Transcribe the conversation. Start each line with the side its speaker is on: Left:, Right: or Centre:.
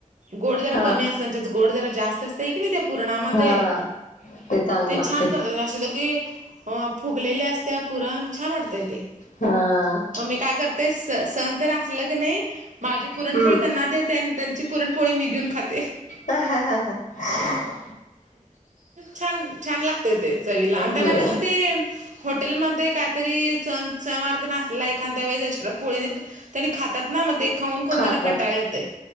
Right: गोड जरा
Left: हा
Right: कमी
Left: हा
Right: असऽऽ त्यांच्यात गोड जरा जास्त असतय की नाही त्या पुरणामध्ये
Left: हा ते चांगलं
Right: तेन
Left: लागते
Right: छान करत्यात, अस सगळं, अ फुगलेले असत पुरण, छान वाटतय ते.
Left: हां,
Right: मग मी काय करते, स सण तन आसल क नाही माझी पुरणपोळी
Left: हम्म
Right: त्यांना देते, आणी त्यांचीऽऽ पुरण पोळी मी घेऊन खाते.
Left: ह, हा, हा, हा
Right: छान,, छान लागतय ते,, चवीला आणि त्यांना
Left: होय
Right: कसं तेऽऽ हॉटेलमध्ये काहीतरी सण, सनवार् आसला एखादा वेळी एक्स्ट्रा पोळीऽऽ त्यांनी खातात ना, मग ते खाऊन, खाऊन
Left: खातात
Right: त्यांना कंटाळ येतयऽ